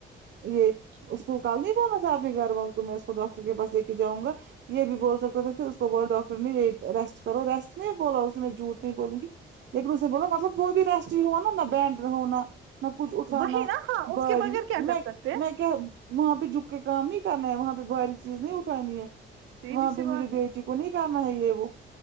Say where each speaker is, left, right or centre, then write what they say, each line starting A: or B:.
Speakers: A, on the right; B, on the right.
A: یہ اس کو کال نہیں پانا تھا آپ کے گھر والوں کو میں اس کو ڈاکٹر کے پاس لے کے جاؤں گا یہ بھی بول سکتا تھا پھر اس کو بولو ڈاکٹر نے یہ ریسٹ کرو ریسٹ نہیں بولا اس نے میں جھوٹ نہیں بولوں گی لیکن اس نے بولامطلب وہ بھی ریسٹ ہی ہوا نا نہ بینڈر ہونا میں کچھ اٹھانا
B: وہی نا ہاں
A: باری
B: اس کے بغیر کیا کر
A: میں
B: سکتے ہیں
A: میں کیا وہاں پہ جھک کے کام نہیں کرنا ہے وہاں پہ بھاری چیز نہیں اٹھانی ہے
B: سیدھی
A: وہاں
B: سی
A: پہ
B: بات
A: مجھے بیٹی
B: ہے
A: کو نہیں کرنا ہے یہ وہ